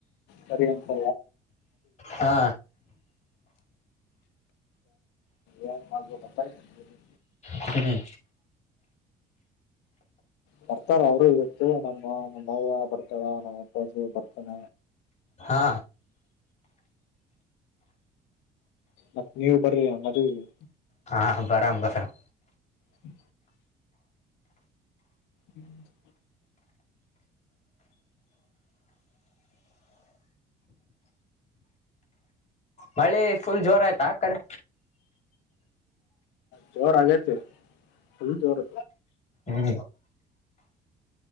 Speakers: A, on the left (about 75°); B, on the left (about 40°).
A: ಸರಿ ಅಂತ
B: ಹಾ
A: ಏನ್ ಮಾಡಬೇಕು ಅಂತಾನೆ ಗೊತ್ತಾಗ್ತಿಲ್ಲ
B: ಹ್ಮ್
A: ಬರ್ತಾರ ಅವರು ಇವತ್ತು ನಮ್ಮ ಮಾವ ಬರ್ತಾವ ನಮ್ಮ ಅಪ್ಪಾಜಿ ಬರ್ತಾನ
B: ಹಾ
A: ಮತ್ತ ನೀವು ಬರ್ರಿ ಮದುವೆಗೆ
B: ಹಾ ಬಾರಮ್ ಬಾರಾಮ್
A: ಹ್ಮ ಹ್ಮ್
B: ಮಳೆ ಫುಲ್ ಜೋರ ಆಯ್ತಾ ಆ ಕಡೆ
A: ಜೋರ ಆಗೈತಿ ಫುಲ್ ಜೋರ್
B: ಹ್ಮ್